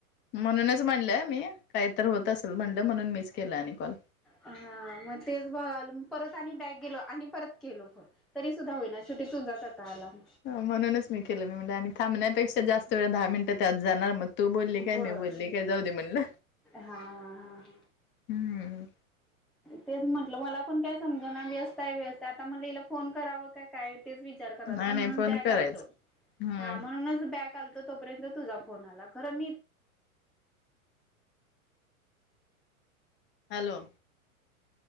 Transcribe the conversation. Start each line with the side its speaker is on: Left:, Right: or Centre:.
Left: म्हणूनच म्हणलंय मी काही तर होत असल म्हणलं म्हणून मीच केलं आणि कॉल.
Centre: हा मग तेच बघाल परत आणि बॅग गेलो आणि परत केलो फोन. तरी सुद्धा होईना शेवटी तुझाच आता आला म
Left: म्हणूनच मी केलं आणि मी म्हणलं थांबण्यापेक्षा जास्त वेळ दहा मिनटं त्यात जाणार मग तू बोलली
Centre: होय.
Left: काय? मी बोलली काय? जाऊ दे म्हणलं.
Centre: हा हा हा हा.
Left: हम्म
Centre: तेच म्हटलं मला पण काय समज ना व्यस्त हाय व्यस्त आता म्हणलं हिला फोन करावं का काय? तेच विचार करालतो
Left: नाही
Centre: म्हणून
Left: नाही फोन
Centre: बॅक
Left: करायच.
Centre: आलतो.
Left: हम्म
Centre: हा म्हणूनच बॅक लो तोपर्यंत तुझा फोन आला. खर मी
Left: हॅलो.